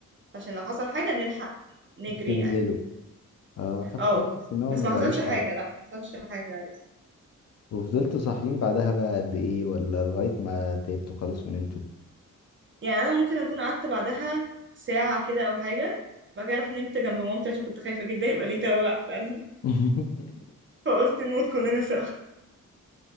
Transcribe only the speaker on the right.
عشان لو حصل حاجه نلحق نجري
يعني
اه
بس
ما
حصلش حاجه
لا ما حصلش حاجه عادي
يعني انا ممكن اكون قعدت بعدها ساعه كده او حاجه بعد كده رحت نمت جنب مامتي عشان كنت خايفه جدا يبقى ليه توابع فعلا
فقلت نموت كلنا سوا